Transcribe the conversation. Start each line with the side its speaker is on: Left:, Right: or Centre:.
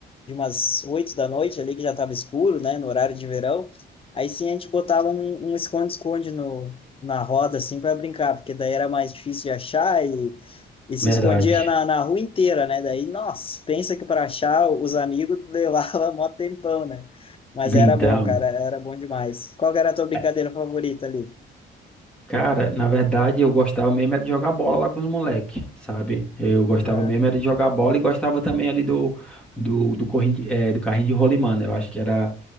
Left: de umas oito da noite ali, que já tava escuro, né? No horário de verão. Aí sim a gente botava um um esconde-esconde no, na roda, assim, para brincar, porque daí era mais difícil de achar e e se
Centre: Verdade.
Left: escondia na, na rua inteira, né? Daí, nossa, pensa que para achar os amigos <laughs> levava mó tempão, né? Mas
Centre: Então,
Left: era bom, cara, era bom demais. Qual que era a tua brincadeira
Centre: é,
Left: favorita ali?
Centre: cara, na verdade eu gostava mesmo era de jogar bola lá com os moleques, sabe? Eu gostava
Left: Aham,
Centre: mesmo era de jogar bola e gostava também ali do do, do, corrinho de- eh, do carrinho de rolimã, né? Eu acho que era